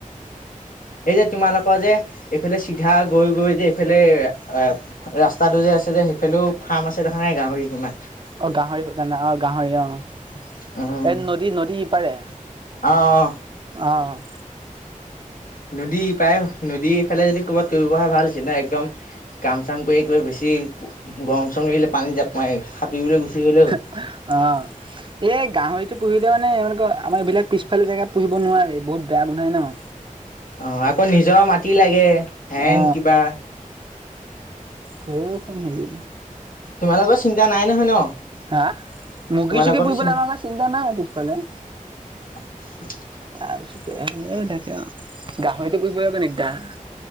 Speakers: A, on the left (about 80°); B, on the right (about 35°).
A: এই যে, তোমালোকৰ যে এইফালে চিধা গৈ গৈ যে, এইফালে এ, ৰাস্তাটো যে আছে যে, সেইফালেও ফাৰ্ম আছে। দেখা নাই, গাহৰি কিমান
B: অ', গাহৰি। <unintelligible> অ', গাহৰি। অ',
A: উম।
B: এই নদী, নদী ইপাৰে,
A: অ',
B: অ'। <inaudible>
A: নদী ইপাৰে, নদী ইফালে যদি কৰবাত কৰিব পৰা হয়, ভাল হৈছে ন'? একদম কাম-চাম কৰি একেবাৰে বেছি গৰম-চৰম লাগিলে পানীত জাপ মাৰি সাঁতুৰিবলৈ গুচি গ'লেই হ'ল।
B: অ', এই গাহৰিটো পুহিলে, মানে, এনেকুৱা আমাৰ এইবিলাক পিছফালে জেগাত পুহিব নোৱাৰে নি? বহুত বেয়া গোন্ধায় ন'?
A: অ', আকৌ নিজৰ মাটি লাগে। হেন
B: অ
A: কিবা
B: <unintelligible> হেৰি।
A: তোমালোকৰ চিন্তা নাই নহয় ন'।
B: হা, মুৰ্গী
A: তোমালোকৰতো
B: সূৰ্গী পুহিবলৈ
A: চিন্তা
B: আমাৰ চিন্তা নাই পিছফালে।
A: <inaudible>
B: তাৰপিছতে <unintelligible> থাকে আৰু, গাহৰিটো পুহিবলে কই নি গাহ,